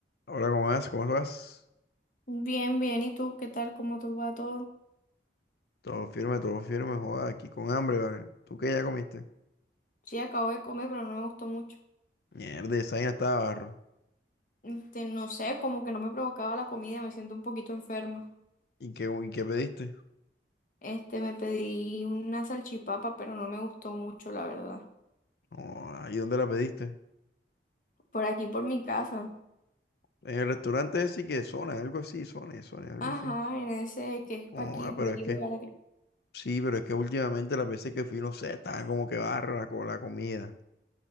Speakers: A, on the left; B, on the left.
A: Ahora, ¿cómo vas? ¿Cómo vas?
B: Bien, bien. ¿Y tú qué tal? ¿Cómo te va todo?
A: Todo firme, todo firme, joda, aquí con hambre, ¿vale? ¿Tú qué ya comiste?
B: Sí, acabo de comer, pero no me gustó mucho.
A: Mierda, esa vaina estaba barro.
B: Este, no sé, como que no me provocaba la comida, me siento un poquito enferma.
A: ¿Y qué, y qué pediste?
B: Este, me pedí una salchipapa, pero no me gustó mucho, la verdad.
A: Oh, ¿ahí dónde la pediste?
B: Por aquí, por mi casa.
A: En el restaurante ese que Zona, algo así, Zona, Zona, algo
B: Ajá,
A: así.
B: en ese que es
A: Oh,
B: pa' aquí,
A: ah,
B: por
A: pero
B: aquí
A: es que,
B: me vale.
A: sí, pero es que últimamente las veces que fui, no sé, estaba como que barro la, co- la comida.